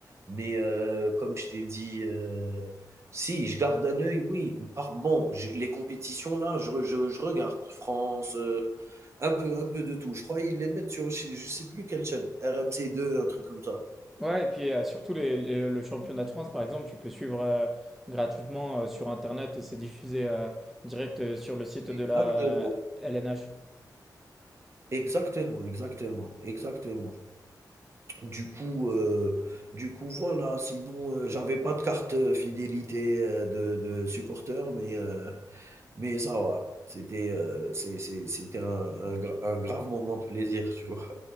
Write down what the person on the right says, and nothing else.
Mais euh, comme je t'ai dit, euh, si, je garde un œil, oui. Par, bon, je- les compétitions, là, je, je- je regarde France, euh, un peu, un peu de tout. Je crois qu'ils les mettent sur, je je sais plus quelle chaîne, RMC2, un truc comme ça.
Exactement.
Exactement, exactement, exactement. Du coup, heu, du coup, voilà, sinon, heu, j'avais pas de carte, heu, fidélité, heu, de de supporter, mais, heu, mais ça va. C'était, heu, c'est c'est c'était un un gra un grave moment de plaisir, tu vois?